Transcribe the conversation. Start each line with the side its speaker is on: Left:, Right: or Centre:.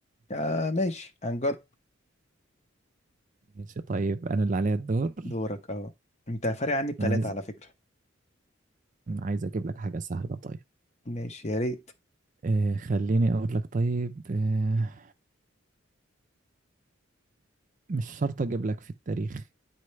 Left: يا ماشي هنجرب
Right: ماشي طيب أنا اللي عليا الدور
Left: دورك اه انت فارق عني بتلاتة
Right: أنا عايز
Left: على فكرة
Right: أنا عايز أجيب لك حاجة سهلة طيب
Left: ماشي يا ريت
Right: آه خليني أقول لك طيب آه مش شرط أجيب لك في التاريخ